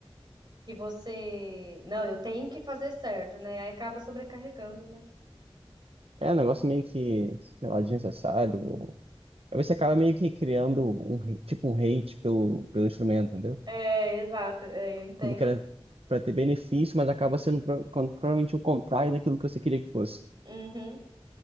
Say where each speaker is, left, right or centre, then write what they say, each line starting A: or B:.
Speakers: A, on the right; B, on the right.
A: que você, não, eu tenho que fazer certo, né? Aí acaba sobrecarregando, né?
B: É um negócio meio que, sei lá, desnecessário. Aí você acaba meio que criando um, re- tipo, um hate pelo, pelo instrumento, entendeu?
A: É, exato, é, eu entendo.
B: aquilo que era para ter benefício, mas acaba sendo pro- con- provavelmente o contrário daquilo que você queria que fosse.
A: Uhum.